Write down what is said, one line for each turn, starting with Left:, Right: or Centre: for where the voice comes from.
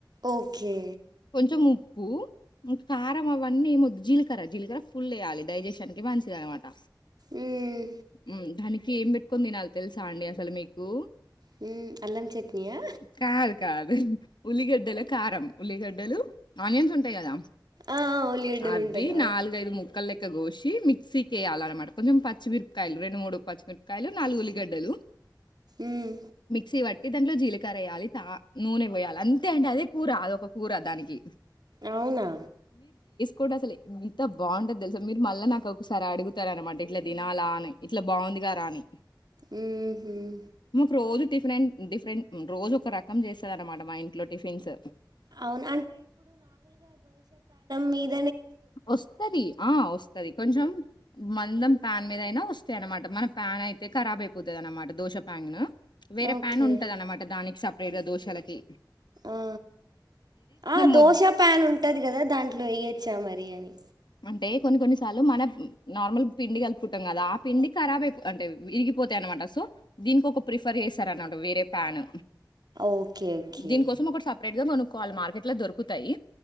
Right: ఓకే
Left: కొంచెం ఉప్పు కారం అవన్నీ ఏమద్దు జీలకర్ర జీలకర్ర ఫుల్ వయాలి డైజెషన్ కి మంచిది అనమాట
Right: మ్మ్.
Left: హ్మ్ ధని ఏం పెట్టుకోని తినాలి తెలుసా అండి అసలు మీకు
Right: హ్మ్ అల్లం చట్నీయా
Left: కాదు కాదు. ఉల్లిగడ్డల కారం ఉల్లిగడ్డలు ఆనియన్స్ ఉంటాయి కదా
Right: ఆ ఉల్లిగడ్డలు
Left: అవి
Right: ఉంటాయి ఆ
Left: నాలుగు ఐదు ముక్కలే ఇక గోషి మిక్సీకి ఏయాలి అనమాట కొంచెం పచ్చిమిరపకాయలు రెండు మూడు పచ్చిమిరపకాయలు నాలుగు ఉల్లిగడ్డలు
Right: ఉమ్
Left: మిక్సీ పట్టి దాంట్లో జీలకర్ర ఏయ్యాలి తా నూనె పోయాలి అంతే అండి అదే కూరా అదొ కూర దానికి
Right: అవునా
Left: కూడా అసలు ఇంత బంటది తెలుసా మీరు మళ్ళా నాకు ఒకసారి అడుగుతారూ అనమాట ఇట్లా తినాలా అని ఇట్లా బాగుందిగారా అని
Right: ఉహమ్
Left: మాకు రోజు టిఫరెంట్ డిఫరెంట్ రోజు ఒక రకం చేస్తది అనమాట మా ఇంట్లో టిఫిన్స్
Right: అవును మీద్
Left: వస్తది ఆ వస్తది కొంచం మందం ప్యాన్ మీద అయినా వస్తాయి అనమాట మన ప్యాన్ అయితే కరాబ్ అయిపోతది అనమాట దోశ ప్యాన్ ను వేరే
Right: ఓకే
Left: ప్యాన్ ఉంటది అన్నమాట దానికి సప్ రేట్ గా దోషాలకి
Right: ఆ ఆ దోశ
Left: మొద్
Right: ప్యాన్ ఉంటది కదా దాంట్లో ఏయొచ్చా మరి బిర్యానీ
Left: అంటే కొన్ని కొన్నిసార్లు మన నార్మల్ పిండి కలుపుకుంటాం కదా ఆ పిండి ఖరాబ్ అయిపో అంటే విరిగిపోతాయి అనమాట సో దీనికి ఒక ప్రిఫర్ చేసారనటూ వేరే ప్యాన్
Right: ఓకే ఓకే
Left: దీనికోసం ఒక సపరేట్ గా కొనుకోలి మార్కెట్ లో దొరుకుతాయి